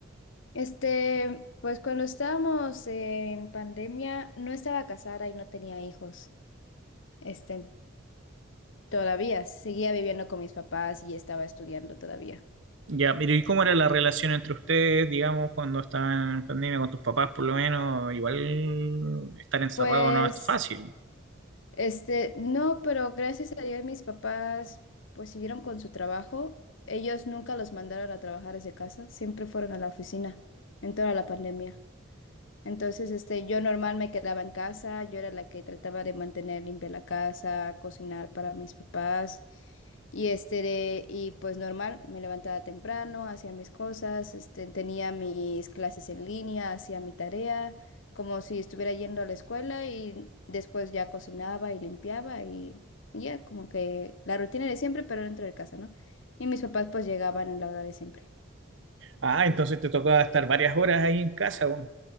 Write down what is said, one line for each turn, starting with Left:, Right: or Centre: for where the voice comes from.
Left: Este, pues cuando estábamos en pandemia, no estaba casada y no tenía hijos. Este, todavía seguía viviendo con mis papás y estaba estudiando todavía.
Right: Ya, pero ¿y cómo era la relación entre ustedes, digamos, cuando estaban en pandemia con tus papás, por lo menos? Igual estar encerrado
Left: Pues,
Right: no es fácil.
Left: este, no, pero gracias a Dios mis papás pues siguieron con su trabajo. Ellos nunca los mandaron a trabajar desde casa, siempre fueron a la oficina en toda la pandemia. Entonces, este, yo normal me quedaba en casa, yo era la que trataba de mantener limpia la casa, cocinar para mis papás. Y este, de- y pues normal, me levantaba temprano, hacía mis cosas, este, tenía mis clases en línea, hacía mi tarea, como si estuviera yendo a la escuela y después ya cocinaba y limpiaba y, y ya como que la rutina de siempre, pero dentro de casa, ¿no? Y mis papás pues llegaban en la hora de siempre.
Right: Ah,
Left: Entonces,
Right: entonces te tocaba estar varias horas ahí en casa. weón.